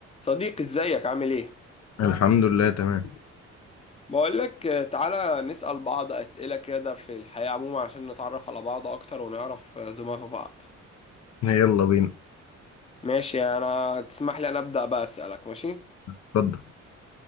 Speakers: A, on the left (about 20°); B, on the left (about 60°).
A: صديقي ازيك عامل ايه؟
B: الحمد لله تمام
A: بقولك آه، تعالى نسأل بعض أسئلة كده في الحياة عموما عشان نتعرف على بعض أكتر ونعرف آه، دماغ بعض
B: يلا بينا
A: ماشي أنا تسمح لي أنا أبدأ بقى أسألك ماشي؟
B: اتفضل